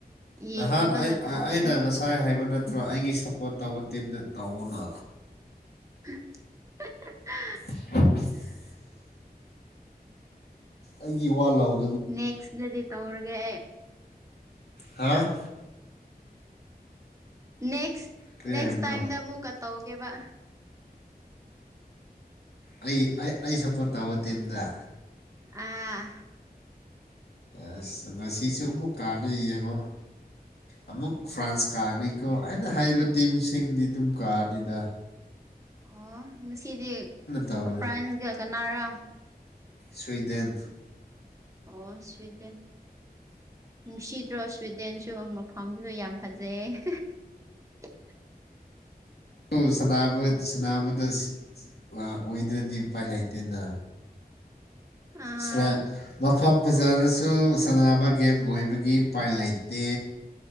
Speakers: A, on the right; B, on the left.
A: ꯌꯦꯡꯗꯕꯅ
B: ꯅꯍꯥꯟ
A: ꯐꯥꯕꯅꯦ
B: ꯑꯩꯅ ꯉꯁꯥꯏ ꯍꯥꯏꯕ ꯅ ꯅꯠꯇ꯭ꯔ ꯑꯩꯒꯤ ꯁꯞꯄꯣꯔꯠ ꯇꯧꯕ ꯇꯤꯝꯗ ꯇꯧꯑꯣꯅ
A: <unintelligible>
B: <inaudible> ꯑꯩꯒꯤ ꯋꯥ ꯂꯥꯎꯗ
A: ꯅꯦꯛꯁꯗꯤ ꯇꯧꯔꯒꯦ
B: ꯍꯥ
A: ꯅꯦꯛꯁ
B: ꯀꯔꯤ
A: ꯅꯦꯛꯁ
B: ꯍꯥꯏꯕꯅꯣ
A: ꯇꯥꯏꯝꯗ ꯑꯃꯨꯛꯀ ꯇꯧꯒꯦꯕ
B: ꯑꯩ ꯑꯩ ꯁꯞꯄꯣꯔꯠ ꯇꯧꯕ ꯇꯤꯝꯗ
A: ꯑꯥ
B: ꯑꯁ ꯉꯁꯤꯁꯨ ꯑꯃꯨꯛ ꯀꯥꯗ ꯌꯦꯡꯉꯣ ꯑꯃꯨꯛ ꯐ꯭ꯔꯥꯟꯁ ꯀꯥꯔꯅꯤꯀꯣ ꯑꯩꯅ ꯍꯥꯏꯔꯤꯕ ꯇꯤꯝꯁꯤꯡꯗꯤ ꯑꯗꯨꯝ ꯀꯥꯔꯅꯤꯗ
A: ꯑꯣ ꯉꯁꯤꯗꯤ
B: ꯇꯧꯕꯅꯦ
A: ꯐ꯭ꯔꯥꯟꯁꯒ ꯀꯅꯥꯔꯥ
B: ꯁ꯭ꯨꯋꯤꯗꯦꯟ
A: ꯑꯣ ꯁ꯭ꯋꯤꯠꯗꯦꯟ ꯅꯨꯡꯁꯤꯗ꯭ꯔꯣ ꯁ꯭ꯋꯤꯗꯦꯟꯁꯨ ꯃꯐꯝꯁꯨ ꯌꯥꯝ ꯐꯖꯩ <unintelligible>
B: ꯑꯗꯨ ꯁꯅꯕꯗ ꯑꯣꯏꯗ꯭ꯔꯗꯤ ꯎꯄꯥꯏ ꯂꯩꯇꯦꯅ
A: ꯑꯥ
B: ꯁ꯭ꯂ ꯃꯐꯝ ꯕꯖꯥꯔꯗꯁꯨ ꯁꯥꯟꯅꯕ ꯒꯦꯝ ꯑꯣꯏꯕꯒꯤ ꯎꯄꯥꯏ ꯂꯩꯇꯦ